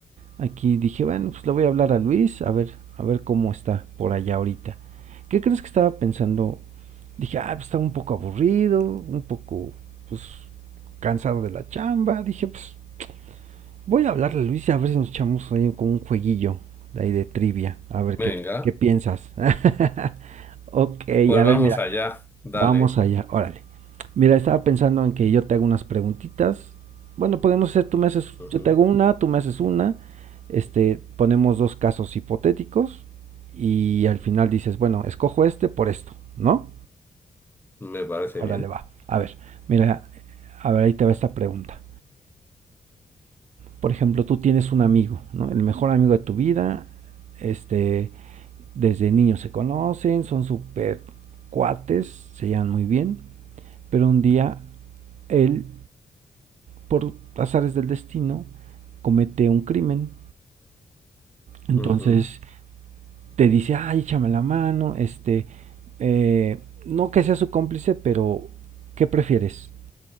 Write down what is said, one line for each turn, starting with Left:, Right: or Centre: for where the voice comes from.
Right: Aquí dije, bueno, pues le voy a hablar a Luis, a ver, a ver cómo está por allá ahorita. ¿Qué crees que estaba pensando? Dije, ah, pues está un poco aburrido, un poco, pues, cansado de la chamba. Dije, pues, Voy a hablarle, Luis, y a ver si nos echamos ahí con un jueguillo de ahí de trivia. A ver
Left: Venga,
Right: qué, qué piensas. <laughs> Ok,
Left: pues
Right: a
Left: vamos
Right: ver, mira,
Left: allá, dale.
Right: vamos allá, órale. Mira, estaba pensando en que yo te hago unas preguntitas. Bueno, podemos hacer, tú me haces,
Left: Ujú,
Right: yo te hago una, tú me haces una. Este, ponemos dos casos hipotéticos y al final dices, bueno, escojo este por esto, ¿no?
Left: Me parece
Right: Órale,
Left: bien.
Right: va. A ver, mira, a ver, ahí te va esta pregunta. por ejemplo, tú tienes un amigo, ¿no? El mejor amigo de tu vida, este, desde niños se conocen, son súper cuates, se llevan muy bien, pero un día él, por azares del destino, comete un crimen, entonces
Left: Ujú.
Right: te dice, ay, échame la mano, este, eh, no que sea su cómplice, pero ¿qué prefieres?